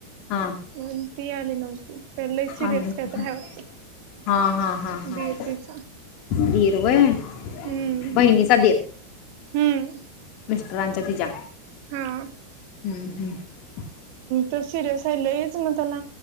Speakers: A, on the left (about 40°); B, on the right (about 45°).
A: हा
B: मग ती आली नव्हती ते लईच सिरियस
A: आले होते
B: कायतर हाय वाटत
A: हा हा हा हा
B: दिर तिचा.
A: दीर व्हय
B: हम्म
A: बहिणीचा दीर.
B: हम्म.
A: रांचा तीच्या
B: हा
A: हम्म, हम्म.
B: तो सिरियस हाय लईच मग त्याला